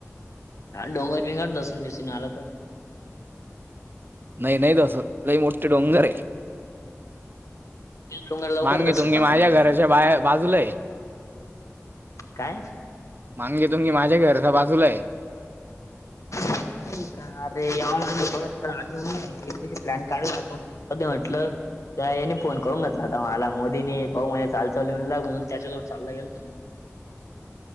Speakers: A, on the left; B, on the right.
A: हा डोंगर बिंगर दसून बेसी ना आला तर
B: नाही नाही धसत लई मोठे डोंगर आहे.
A: डोंगर लवकर
B: मांगी
A: दसवतात
B: तुंगी माझ्या
A: ना
B: घराच्या बाहेर बाजूला आहे.
A: काय?
B: मांगीतुंगी की माझ्या घरच्या बाजूला आहे.
A: असं का अरे या बघा तिकडे आठ एकशी प्लॅन काढला आता कधी म्हटलं? त्या यांनी फोन करून घेतला आता मला मोदींनी भाऊ म्हणल चाल चालून ला म्हणून त्याच्याजोड चाल गेल तु